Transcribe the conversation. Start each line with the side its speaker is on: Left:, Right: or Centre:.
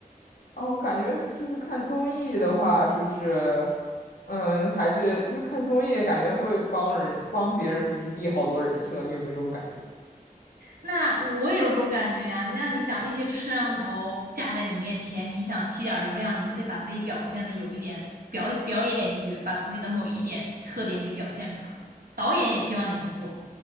Left: 啊，我感觉就是看综艺的话，就是嗯，还是就是看综艺感觉会帮人帮别人就是立好多人设，你有没有这种感觉？
Right: 那我也有这种感觉呀。那你想，那些摄像头架在你面前，你想吸点儿流量，你不得把自己表现的有一点表表演欲，把自己的某一点特点给表现出来。导演也希望你这么做，